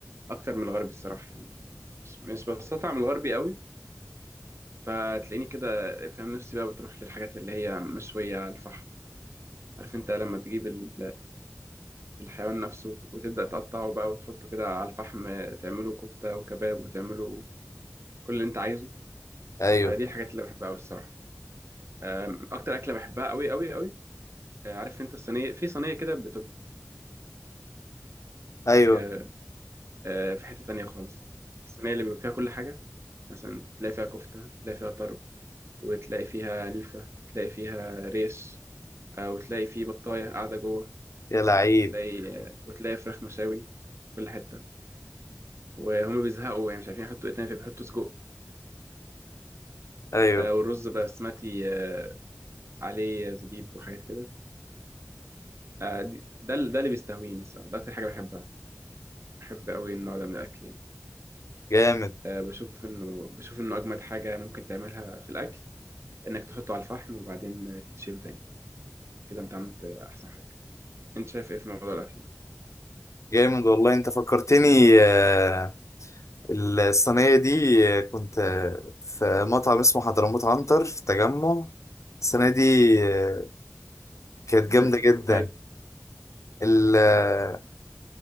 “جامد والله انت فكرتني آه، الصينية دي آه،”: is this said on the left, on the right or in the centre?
Left